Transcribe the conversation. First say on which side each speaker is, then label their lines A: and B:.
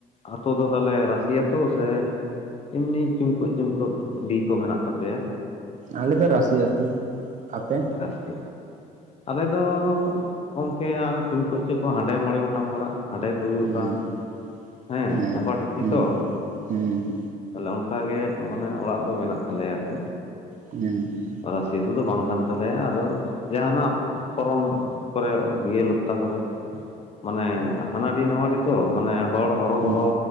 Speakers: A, on the left; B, on the right.
A: ᱟᱛᱳ ᱫᱚ ᱛᱟᱦᱚᱞᱮ ᱨᱟᱥᱤ ᱟᱛᱩ ᱥᱮ ᱮᱢᱱᱤ ᱪᱩᱢᱠᱟᱹᱜ ᱪᱩᱝᱠᱟᱹᱜ ᱰᱤ ᱠᱚ ᱢᱮᱱᱟᱜ ᱛᱟᱯᱮᱭᱟ᱾
B: ᱟᱞᱮ ᱫᱚ ᱨᱟᱥᱤ ᱟᱹᱛᱩ ᱟᱯᱮ?
A: ᱟᱥᱨᱮᱫ᱾ ᱟᱞᱮ ᱫᱚ ᱜᱚᱢᱠᱮ ᱪᱩᱢᱠᱟᱹᱜ ᱪᱚᱠᱚ ᱦᱟᱸᱰᱮ ᱢᱚᱸᱬᱮ ᱜᱚᱴᱟᱝ ᱚᱲᱟᱜ᱾ ᱦᱟᱸᱰᱮ <unintelligible>
B: ᱦᱩᱸ
A: ᱟᱠᱟᱱ ᱦᱮᱸ
B: ᱦᱩᱸ
A: ᱰᱷᱟᱯᱟ ᱰᱷᱤᱯᱤ
B: ᱦᱩᱸ
A: ᱛᱚ <unintelligible>
B: ᱦᱩᱸ ᱦᱩᱸ
A: <unintelligible> ᱢᱟᱱᱮ ᱚᱲᱟᱜ ᱫᱚ ᱢᱮᱱᱟᱜ ᱛᱟᱞᱮᱭᱟ ᱟᱨᱠᱤ᱾
B: ᱦᱩᱸ᱾
A: <unintelligible> ᱵᱟᱝ ᱠᱷᱟᱱ ᱛᱟᱞᱦᱮ ᱟᱫᱚ ᱡᱟᱦᱟᱱᱟᱜ ᱯᱚᱨᱚᱢ ᱠᱚᱨᱮ <unintelligible> ᱠᱚᱨᱮ᱾ ᱢᱟᱱᱮ ᱦᱟᱱᱟᱰᱤ ᱱᱟᱣᱟᱰᱤ ᱛᱚ ᱢᱟᱱᱮ ᱦᱚᱲ ᱦᱚᱨᱚ
B: ᱦᱩᱸ
A: ᱠᱚᱦᱚ
B: ᱦᱩᱸ